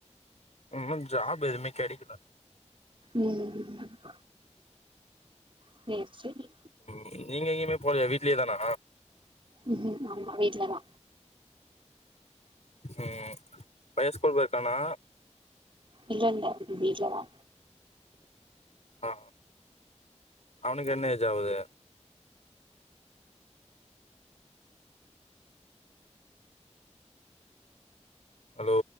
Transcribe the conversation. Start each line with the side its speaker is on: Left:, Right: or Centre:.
Left: இன்னு ஜாப் எதுவுமே கெடைக்கல
Right: ம் ம் சே செரி
Left: ம் நீங்க எங்கயுமே போலயா வீட்ல தானா
Right: உ ஆம்மா வீட்லதா
Left: உ பய ஸ்குல் போய்ருக்கானா
Right: இல்லல்ல வீட்லதா
Left: ஆ அவனுக்கு என்ன ஏஜ் ஆகுது ஹலோ